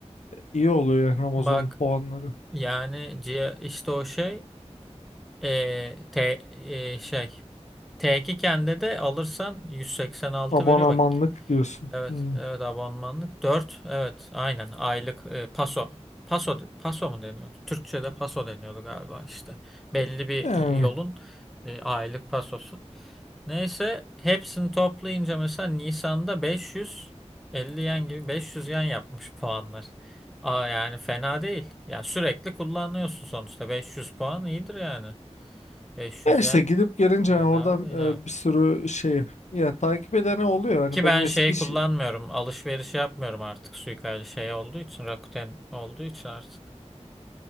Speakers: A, on the left; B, in the centre.
A: iyi oluyor yani Amazon
B: Bak
A: puanları.
B: yani ci- işte o şey e, te, e, şey T2 kendi de alırsan 186
A: Abonamanlık
B: veriyor bak
A: diyorsun.
B: Evet,
A: Hmm.
B: evet abonmanlık. dört, evet aynen aylık e, paso. Paso, paso mu deniyordu? Türkçe'de paso deniyordu galiba işte. Belli bir
A: Yani.
B: e, yolun e, aylık pasosu. Neyse hepsini toplayınca mesela Nisan'da 550 yen gibi 500 yen yapmış puanlar. Aa, yani fena değil. Ya sürekli kullanıyorsun sonuçta. 500 puan iyidir yani. 500
A: Ya işte
B: yen
A: gidip gelince
B: bedava
A: yani oradan
B: değil. evet.
A: e, bir sürü şey ya takip edene oluyor.
B: Ki
A: Hani benim
B: ben
A: eski
B: şey
A: iş
B: kullanmıyorum. Alışveriş yapmıyorum artık suikali şey olduğu için. Rakuten olduğu için artık.